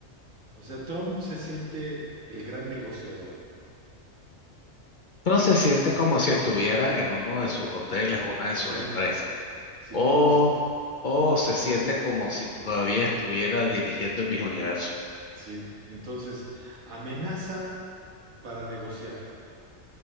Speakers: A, on the right; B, on the left.
A: o sea, Trump se siente el gran negociador.
B: Uno se siente
A: Eh, O sea,
B: como si estuviera en uno de sus hoteles, una de sus
A: sí,
B: empresas.
A: sí,
B: O,
A: o sea.
B: o se siente como si todavía estuviera dirigiendo el Miss Universo.
A: Sí, entonces amenaza para negociar,